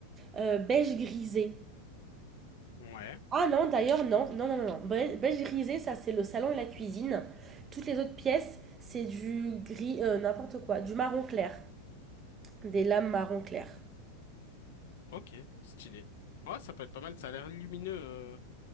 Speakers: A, on the right; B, on the left.
A: euh, beige grisé.
B: ouais,
A: Ah non, d'ailleurs, non. Non, non, non, non. Beige, beige grisé, ça, c'est le salon et la cuisine. Toutes les autres pièces, c'est du gris, euh, n'importe quoi, du marron clair. Des lames marron clair.
B: ok, stylé. Ouais, ça peut être pas mal, ça a l'air lumineux, euh,